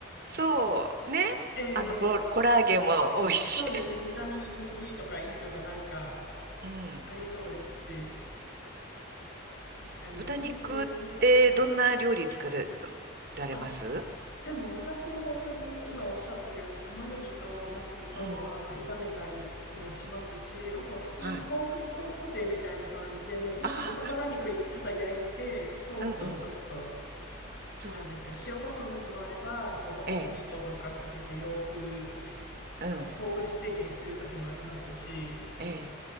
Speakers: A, on the right; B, on the left.
A: そう、ね。
B: <laughs>
A: あの、コ、
B: ええ
A: コラーゲンも多いし。
B: そうですね、ビタミン D とか E とかなんか
A: <laughs> うん。
B: ありそうですし、確かに豚肉ね、
A: 豚肉ってどんな料理作れ
B: はい。
A: られます
B: あ、でも私も本当に今おっしゃってたように玉ねぎとナスとあの炒めたりのしますし、
A: うん。
B: あと普通にポークストソテーみたいな感じでもう本当豚バラ肉ただ焼いてソースをちょっと。
A: はい。ああ、うんうん。そう。
B: なんですか、塩コショウの時もあれば、こうバルサミコとかかけて洋風ステ、
A: ええ、うん、
B: あ、ポークステーキにする時もありますし、
A: ええ。